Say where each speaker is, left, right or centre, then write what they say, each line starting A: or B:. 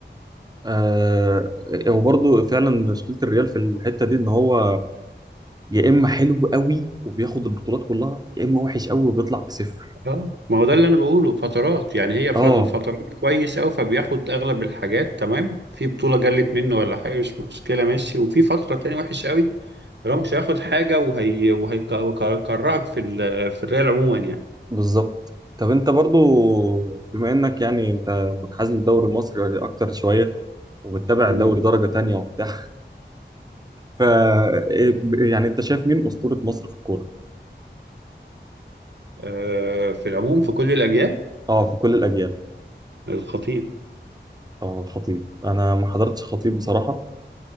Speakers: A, on the right; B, on the right.
A: آه وبرضه فعلا مشكله الريال في الحته دي ان هو يا اما حلو قوي وبياخد البطولات كلها يا اما وحش قوي وبيطلع بصفر
B: اه ما هو ده اللي انا بقوله فترات يعني هي
A: اه
B: فالفترات كويس قوي فبياخد اغلب الحاجات تمام في بطولة جلت منه ولا حاجة مش مشكلة ماشي وفي فترة تانية وحش قوي رامش هياخد حاجة وهي وهيكرهك في ال... في الريال عموما يعني
A: بالظبط طب انت برضو بما انك يعني انت منحاز للدوري المصري اكتر شويه وبتتابع
B: مم.
A: دوري درجه تانية وبتاع ف إيه، يعني انت شايف مين اسطوره مصر في الكوره
B: آه في العموم في كل الاجيال
A: اه في كل الاجيال
B: الخطيب
A: اه الخطيب انا ما حضرتش خطيب بصراحه